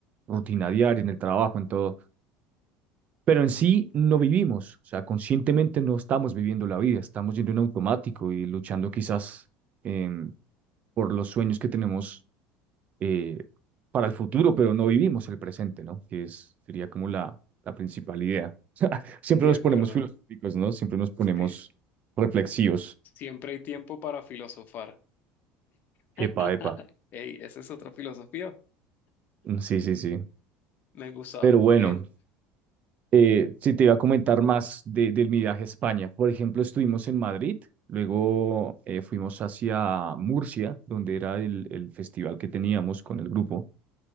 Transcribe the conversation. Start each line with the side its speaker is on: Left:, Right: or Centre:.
Right: rutina diaria, en el trabajo, en todo pero en sí no vivimos, o sea, conscientemente no estamos viviendo la vida, estamos yendo en automático y luchando quizás em, por los sueños que tenemos eh, para el futuro, pero no vivimos el presente, ¿no? Que es, sería como la, la principal idea. <laughs> Siempre
Left: De
Right: nos
Left: acuerdo.
Right: ponemos filosóficos, ¿no? Siempre nos ponemos
Left: Sí.
Right: reflexivos.
Left: Siempre hay tiempo para filosofar. <laughs>
Right: Epa, epa.
Left: Ey, esa es otra filosofía.
Right: Mm, Sí, sí, sí.
Left: Me gusta.
Right: Pero bueno,
Left: Eh,
Right: Eh, sí, te iba a comentar más de, del mi viaje a España. Por ejemplo, estuvimos en Madrid, luego eh, fuimos hacia Murcia, donde era el, el festival que teníamos con el grupo.